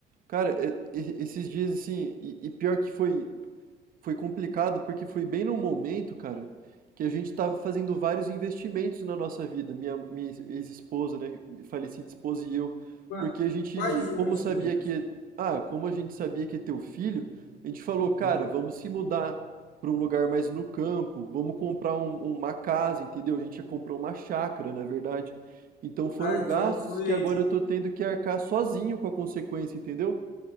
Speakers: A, on the right (about 55°); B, on the left (about 85°).
A: cara, é- e- esses dias assim, e, e pior que foi Foi complicado porque foi bem num momento, cara, que a gente estava fazendo vários investimentos na nossa vida, minha, minha ex-esposa, né, falecida esposa e eu,
B: Qua-
A: porque a gente,
B: Quais investimentos?
A: como sabia que, ah, como a gente sabia que ia ter o filho, a gente falou, cara,
B: Hum.
A: vamos se mudar para um lugar mais no campo, vamos comprar um- uma casa, entendeu? A gente já comprou uma chácara, na verdade. Então foram
B: Ah, então
A: gastos
B: não foi,
A: que agora eu tô tendo que arcar sozinho com a consequência, entendeu?